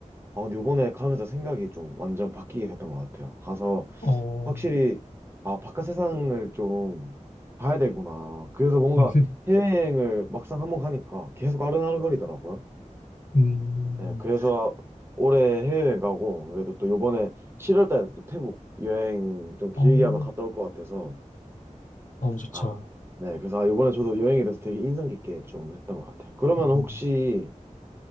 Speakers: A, on the right (about 20°); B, on the left (about 80°).
A: 아, 근데 요번에 가면서 생각이 좀 완전 바뀌게 됐던 것 같아요. 가서
B: 어,
A: 확실히, 아, 바깥 세상을 좀 봐야 되구나. 그래서 뭔가
B: <laughs>
A: 해외여행을 막상 한번 가니까 계속 아른아른거리더라고요.
B: 음,
A: 네, 그래서 올해 해외여행 가고, 그래도 또 요번에 7월 달에 또 태국 여행 좀 길게
B: 어,
A: 아마 갔다 올 것 같아서,
B: 어, 좋죠.
A: 아, 네, 그래서 아, 요번에 저도 여행에 대해서 되게 인상 깊게 좀 했던 것 같아요. 그러면
B: 음,
A: 혹시,